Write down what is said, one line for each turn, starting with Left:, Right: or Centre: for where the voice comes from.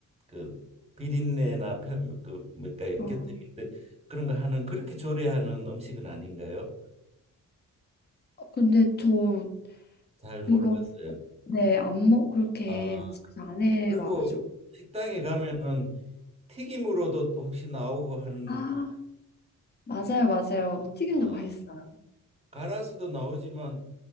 Right: 그 비린내나 편, 그 뭐랄까
Left: 아,
Right: 곁에 있는 그런 거 하는 그렇게 조리하는 음식은 아닌가요?
Left: 근데 저
Right: 잘 몰랐어요.
Left: 그거, 네, 안 먹, 그렇게
Right: 아
Left: 집에 안 해와가지고.
Right: 그리고 식당에 가면은 튀김으로도 혹시 나오고 하는
Left: 아, 맞아요, 맞아요. 그거 튀김도
Right: 아.
Left: 맛있어요.
Right: 갈아서도 나오지만